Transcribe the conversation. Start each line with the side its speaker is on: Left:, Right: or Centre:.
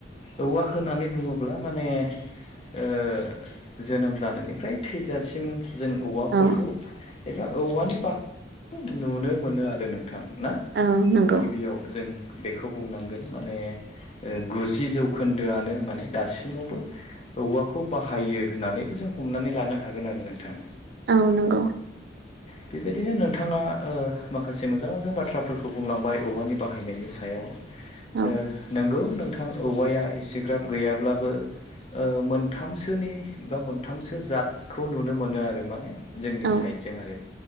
Left: औवा होनानै बुङोब्ला माने ओ जोनोम जानायनिफ्राय थैजासिम जों औवाफोरखौ
Right: औ
Left: एबा औवानि बा <inaudible> नुनो मोनो आरो नोंथां ना।
Right: औ नंगौ
Left: गिबियाव जों बेखौ बुंनांगोन माने ओ गुजि जौखोन्दोआनो माने दासिमावबो औवाखौ बाहायो होननानैबो जों हमनानै लानो हागोन आरो नोंथां।
Right: औ नोंगौ।
Left: बेबायदिनो नोंथाङा ओ माखासे मो जां मोजां बाथ्राफोरखौ बुंलांबाय औवानि बाहायनायनि सायाव,
Right: औ
Left: ओ नोंगौ नों थां औवाया एसेग्राब गैयाब्लाबो ओ मोनथामसोनि बा मोनथामसो जातखौ नुनो आरो माने जोंनि
Right: औ
Left: साइडजों आरो